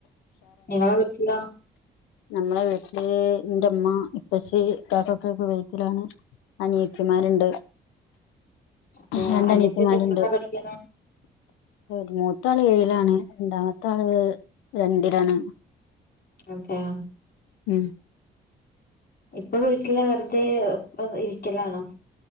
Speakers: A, on the left; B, on the left.
A: നിങ്ങടെ വീട്ടിലാ
B: നമ്മളെ വീട്ടില് എന്റെമ്മ ഇപ്പച്ചി കാക്കൊക്കെക്കെ <unintelligible> അനിയത്തിമാരുണ്ട്
A: അതെയോ
B: രണ്ട്
A: അനിയത്തിയൊക്കെ
B: അനിയത്തിമാരുണ്ട്
A: എത്രയിലാ പഠിക്കുന്നെ
B: ഒരു മൂത്ത ആള് ഏഴിലാണ് രണ്ടാമത്താള് രണ്ടിലാണ്
A: അതെയോ
B: ഉം
A: ഇപ്പൊ വീട്ടില് വെറുതെ ഇരിക്കലാണോ